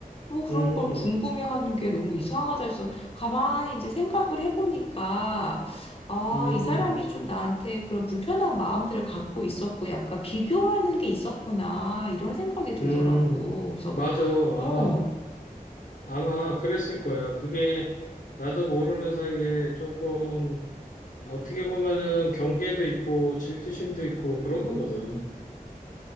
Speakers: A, on the left; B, on the left.
A: 뭐 그런
B: 음,
A: 걸 궁금해하는 게 너무 이상하다 해서 가만히 이제 생각을 해보니까 아,
B: 음,
A: 이 사람이 좀 나한테 그런 불편한 마음들을 갖고 있었고 약간 비교하는 게 있었구나 이런 생각이 들더라고.
B: 음.
A: 그래서
B: 맞아.
A: 어,
B: 아마 아마 그랬을 거야. 그게 나도 모르는 사이에 조금 어떻게 보면은 경계도 있고 질투심도 있고 그런 거거든.